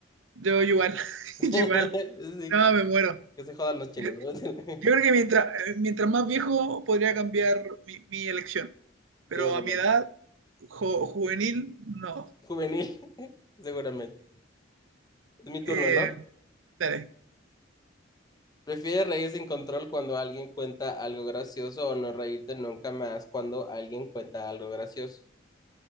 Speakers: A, on the right; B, on the left.
A: Yo igual, <laughs>
B: <laughs>
A: yo igual,
B: Sí,
A: no, me muero.
B: que se jodan los chinos,
A: Yo,
B: ¿no? <laughs>
A: yo creo que mientras, eh, mientras más viejo podría cambiar mi, mi elección, pero
B: Seguramente.
A: a mi edad, jo- juvenil, no.
B: Juvenil, <laughs> seguramente. Es mi
A: Eh,
B: turno, ¿no?
A: dale.
B: Prefiere reír sin control cuando alguien cuenta algo gracioso o no reírte nunca más cuando alguien cuenta algo gracioso.